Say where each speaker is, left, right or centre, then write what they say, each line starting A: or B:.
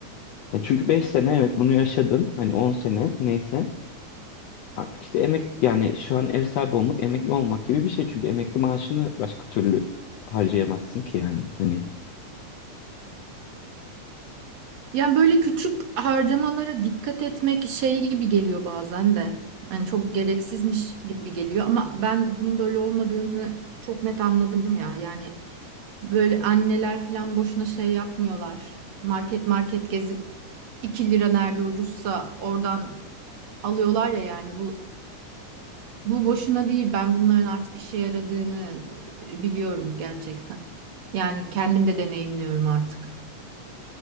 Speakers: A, on the left; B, on the right.
A: Ya çünkü 5 sene evet bunu yaşadın. Hani 10 sene neyse. Artık işte emek yani şu an ev sahibi olmak emekli olmak gibi bir şey. Çünkü emekli maaşını başka türlü harcayamazsın ki yani. Hani
B: Yani böyle küçük harcamalara dikkat etmek şey gibi geliyor bazen de. Hani çok gereksizmiş gibi geliyor ama ben bunun böyle olmadığını çok net anladım ya. Yani Böyle anneler falan boşuna şey yapmıyorlar. Market market gezip 2 lira nerede ucuzsa oradan alıyorlar ya yani bu bu boşuna değil. Ben bunların artık işe yaradığını e, biliyorum gerçekten. Yani kendim de deneyimliyorum artık.